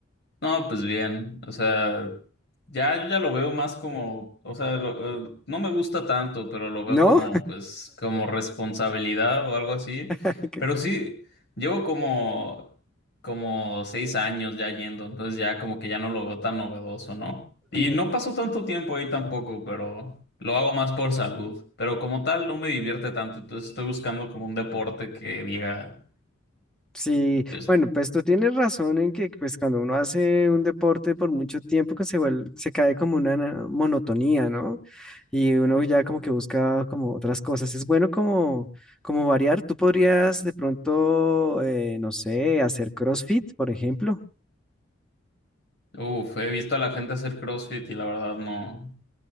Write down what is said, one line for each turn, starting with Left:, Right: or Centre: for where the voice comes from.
Left: No, pues bien, o sea, ya yo ya lo veo más como, o sea, lo- eh, no me gusta tanto, pero lo veo
Centre: ¿No?
Left: como, pues, como responsabilidad o algo así.
Centre: <laughs>
Left: Pero sí, llevo como, como seis años ya yendo, entonces ya como que ya no lo veo tan novedoso, ¿no? Y
Centre: ¿Qué?
Left: no paso tanto tiempo ahí tampoco, pero lo hago más por salud. Pero como tal, no me divierte tanto, entonces estoy buscando como un deporte que diga,
Centre: Sí,
Left: pues,
Centre: bueno, pues tú tienes razón en que pues cuando uno hace un deporte por mucho tiempo que se vuelve, se cae como una na- monotonía, ¿no? Y uno ya como que busca como otras cosas. Es bueno como, como variar. Tú podrías de pronto, eh, no sé, hacer CrossFit, por ejemplo.
Left: uff, he visto a la gente hacer CrossFit y la verdad no.